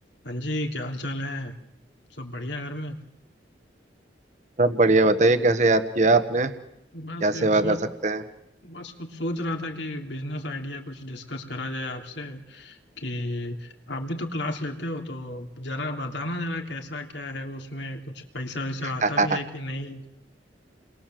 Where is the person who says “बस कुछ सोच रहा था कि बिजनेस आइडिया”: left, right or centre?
Left